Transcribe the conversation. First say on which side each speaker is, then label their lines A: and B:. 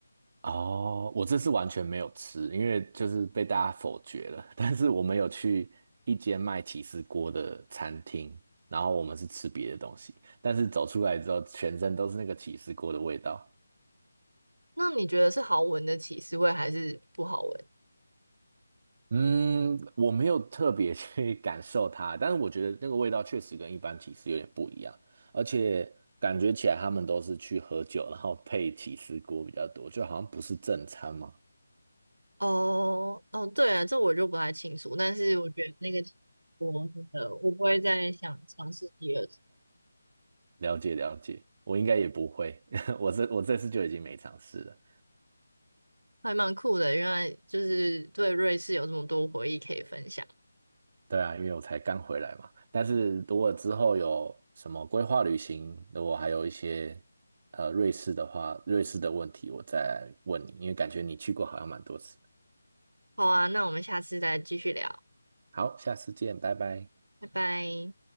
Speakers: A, on the right; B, on the right.
A: 哦，我这次完全没有吃，因为就是被大家否决了。<laughs> 但是我们有去一间卖起司锅的餐厅，然后我们是吃别的东西，但是走出来之后，全身都是那个起司锅的味道。
B: 那你觉得是好闻的起司味还是不好闻？
A: 嗯，我没有特别去 <laughs> 感受它，但是我觉得那个味道确实跟一般起司有点不一样，而且感觉起来他们都是去喝酒，然后配起司锅比较多，就好像不是正餐嘛。
B: 哦哦，对啊，这我就不太清楚，但是我觉得那个我真的我不会再想尝试第二次。
A: 了解了解，我应该也不会，<laughs> 我这我这次就已经没尝试了。
B: 还蛮酷的，原来就是对瑞士有这么多回忆可以分享。
A: 对啊，因为我才刚回来嘛。但是如果之后有什么规划旅行，如果还有一些呃瑞士的话，瑞士的问题我再问你，因为感觉你去过好像蛮多次。
B: 好啊，那我们下次再继续聊，
A: 好，下次见，拜拜。
B: 拜拜。